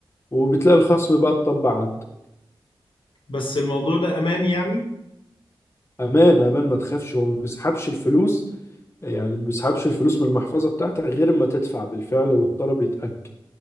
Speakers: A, on the left (about 30°); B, on the left (about 65°).
A: وبتلاقي الخصم بقى اتطبق عندك
B: بس الموضوع ده أمان يعني
A: امان امان ما تخافش هو ما بيسحبش الفلوس يعني ما بيسحبش الفلوس من المحفظة بتاعتك غير ما تدفع بالفعل والطلب يتأكد